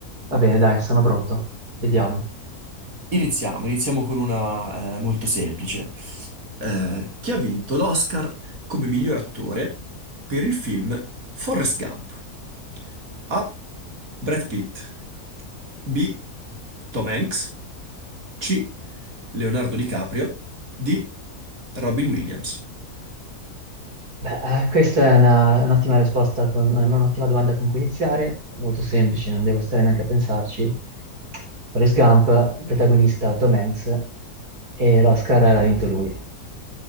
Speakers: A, on the right; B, on the right.
A: va bene, dai, sono pronto. Vediamo.
B: Iniziamo, iniziamo con una eh, molto semplice. Eh, chi ha vinto l'Oscar come miglior attore per il film Forrest Gump? A. Brad Pitt. B. Tom Hanks. C. Leonardo DiCaprio. D. Robin Williams.
A: Beh, eh, questa è una- un'ottima risposta, con, una- un'ottima domanda con cui iniziare, molto semplice, non devo stare neanche a pensarci. Forrest Gump, protagonista Tom Hanks, e l'Oscar l'ha vinto lui.